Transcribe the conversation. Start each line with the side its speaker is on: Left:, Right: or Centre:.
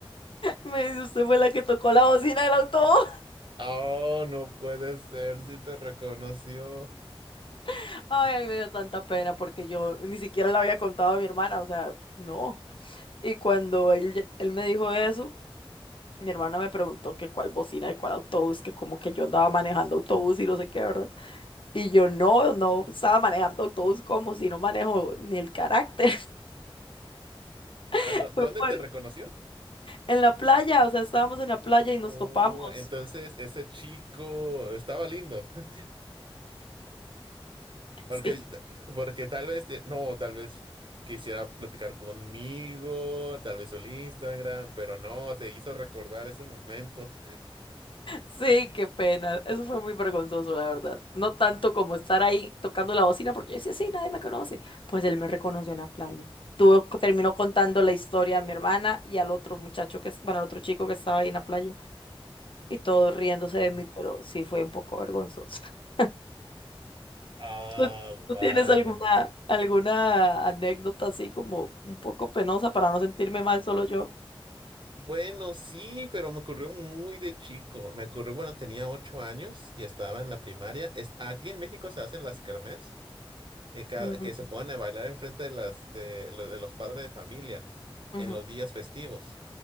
Left: Me dice, usted fue la que tocó la bocina del autobús.
Right: Oh, no puede ser, si te reconoció.
Left: <laughs> Ay, me dio tanta pena porque yo ni siquiera le había contado a mi hermana, o sea, no. Y cuando él, él me dijo eso, mi hermana me preguntó que cuál bocina y cuál autobús, que como que yo andaba manejando autobús y no sé qué, ¿verdad? Y yo no, no estaba manejando autobús como si no manejo ni el carácter.
Right: A
Left: <laughs>
Right: ver, ¿dó- ¿dónde
Left: Fue por-
Right: te reconoció?
Left: en la playa, o sea, estábamos en la playa y nos
Right: Oh,
Left: topamos.
Right: entonces ese chico estaba lindo. <laughs> Porque,
Left: <laughs> Sí.
Right: t- porque tal vez, de- no, tal vez quisiera platicar conmigo, tal vez el Instagram, pero no, te hizo recordar ese momento.
Left: Sí, qué pena. Eso fue muy vergonzoso, la verdad. No tanto como estar ahí tocando la bocina, porque yo decía, sí, nadie me conoce. Pues él me reconoció en la playa. Tuvo, terminó contando la historia a mi hermana y al otro muchacho que, es- bueno, al otro chico que estaba ahí en la playa. Y todos
Right: Oh,
Left: riéndose
Right: sí.
Left: de mí, pero sí fue un poco vergonzoso. <laughs>
Right: Ah,
Left: ¿Tú, tú
Right: vaya.
Left: tienes alguna, alguna anécdota así como un poco penosa para no sentirme mal solo yo?
Right: Bueno, sí, pero me ocurrió muy de chico. Me ocurrió, bueno, tenía ocho años y estaba en la primaria. Es- aquí en México se hacen las kermés. que, cada-
Left: Ujú,
Right: que se ponen a bailar enfrente de las de, lo- de los padres de familia
Left: ujú,
Right: en los días festivos.